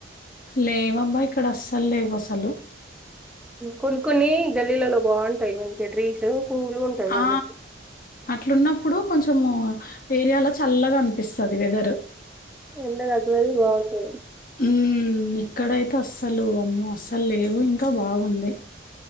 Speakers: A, on the left; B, in the centre.
A: లేవబ్బా ఇక్కడ అస్సలు లేవు అసలు
B: కొన్ని కొన్ని గల్లీలలో బాగుంటాయి మంచిగా ట్రీస్ కూల్గా ఉంటుంది
A: ఆ
B: వాళ్ళకి
A: అట్లున్నప్పుడు కొంచము ఏరియాలో చల్లగా అనిపిస్తుంది వెదరు
B: ఎండలకు రక్కలది బాగుతది
A: హ్మ్ ఇక్కడైతే అస్సలు అమ్మో అస్సలు లేవు ఇంకా బాగుందయి